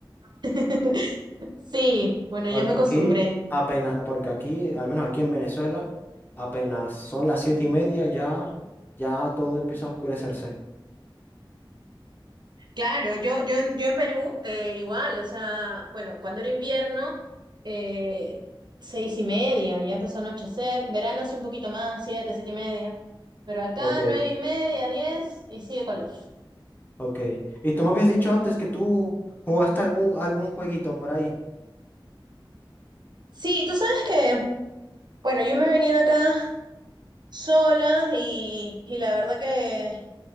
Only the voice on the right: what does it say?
<laughs> Sí, bueno,
ya me acostumbré.
Claro, yo, yo, en- yo en Perú eh, igual, o sea, bueno, cuando era invierno, eh, seis y media, ya empezó a anochecer, verano sí un poquito más, siete, siete y media, pero acá
nueve y media, diez y sigue con luz.
Sí, tú sabes que, bueno, yo me he venido acá sola y, y la verdad que,